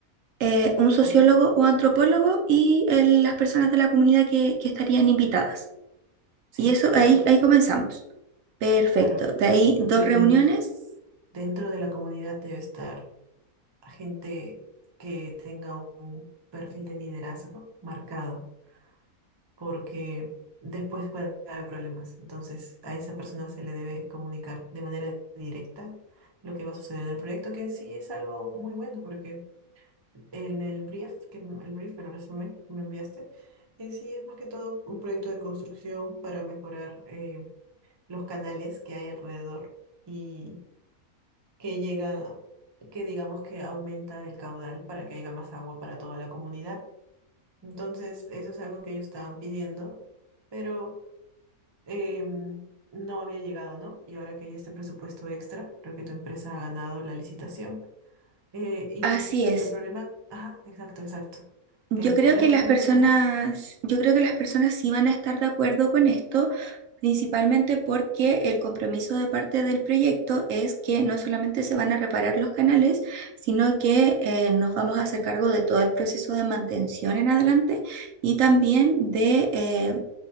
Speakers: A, on the right; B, on the right.
A: eh, un sociólogo
B: ¿ok?
A: o antropólogo y el- las personas de la comunidad que, que estarían invitadas.
B: Sí,
A: Y eso
B: exacto,
A: ahí, ahí
B: exacto.
A: comenzamos. Perfecto.
B: Claro.
A: De ahí dos
B: Y
A: reuniones.
B: dentro de la comunidad debe estar gente que tenga un perfil de liderazgo marcado porque después puede haber problemas. Entonces, a esa persona se le debe comunicar de manera directa lo que va a suceder en el proyecto, que en sí es algo muy bueno, porque en el brief, que me- el brief, el resumen que me enviaste, en sí es más que todo un proyecto de construcción para mejorar eh, los canales que hay alrededor y que llegan, que digamos que aumenta el caudal para que haya más agua para toda la comunidad. Entonces, eso es algo que ellos estaban pidiendo, pero em, no había llegado, ¿no? Y ahora que hay este presupuesto extra, creo que tu empresa ha ganado la licitación. Eh, y
A: Así es.
B: el problema, ajá, exacto, exacto.
A: Yo
B: Eh, ¿podrías
A: creo que
B: contarme
A: las personas,
B: un poco más?
A: yo creo que las personas sí van a estar de acuerdo con esto, principalmente porque el compromiso de parte del proyecto es que no solamente se van a reparar los canales, sino que eh, nos vamos a hacer cargo de todo el proceso de mantención en adelante y también de eh,